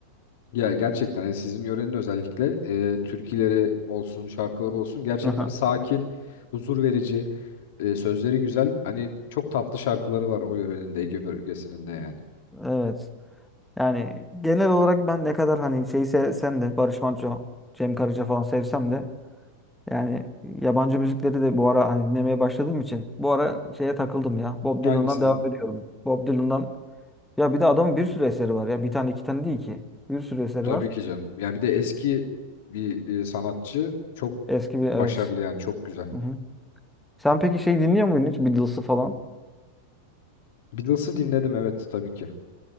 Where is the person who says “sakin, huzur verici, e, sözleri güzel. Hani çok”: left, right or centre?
Left